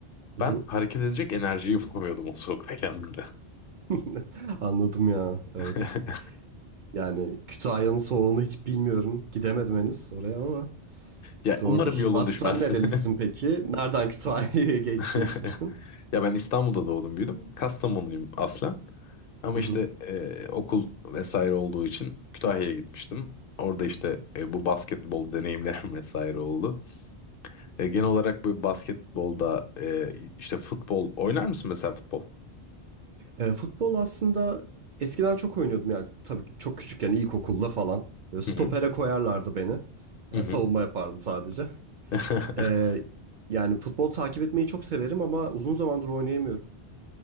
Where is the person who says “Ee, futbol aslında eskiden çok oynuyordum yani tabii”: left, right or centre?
Right